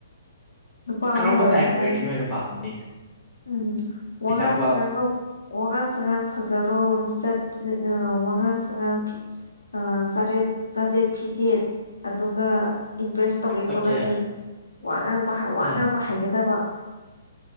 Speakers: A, on the left; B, in the centre.
A: ꯅꯨꯄꯥ
B: ꯀꯔꯝꯕ
A: ꯑꯃ ꯑꯣꯏꯔꯦ
B: ꯇꯥꯏꯞ ꯑꯣꯏꯔꯗꯤ
A: ꯍꯥꯏꯔꯗꯤ
B: ꯅꯣꯏꯅ ꯄꯥꯝꯒꯅꯤ
A: ꯎꯝ ꯋꯥꯉꯥꯡ
B: ꯑꯦꯛꯖꯥꯝꯄꯜ
A: ꯁꯉꯥꯡꯗ ꯋꯥꯉꯥꯡ ꯁꯉꯥꯡ ꯐꯖꯔꯣ ꯂꯤꯆꯠ ꯋꯥꯉꯥꯡ ꯁꯉꯥꯡ ꯐꯤ ꯆꯔꯦꯠ ꯆꯥꯖꯦꯠ ꯐꯤ ꯐꯤꯖꯦꯠ ꯑꯗꯨꯒ ꯏꯝꯄ꯭ꯔꯦꯁ ꯇꯧꯒꯦ
B: ꯑꯣꯀꯦ
A: ꯈꯣꯠꯂꯗꯤ ꯋꯥ ꯉꯥꯡꯕ ꯋꯥ
B: ꯎꯝ
A: ꯉꯥꯡꯕ ꯍꯥꯏꯒꯗꯕ